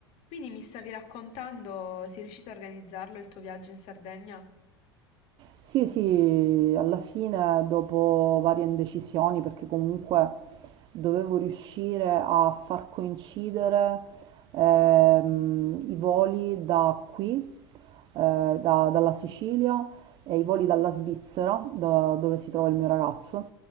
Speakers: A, on the left; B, on the right.
A: Quindi mi stavi raccontando, sei riuscito a organizzarlo il tuo viaggio in Sardegna?
B: Sì, sì, alla fine dopo varie indecisioni, perché comunque dovevo riuscire a far coincidere ehm, i voli da qui, eh, da- dalla Sicilia e i voli dalla Svizzera, da- dove si trova il mio ragazzo,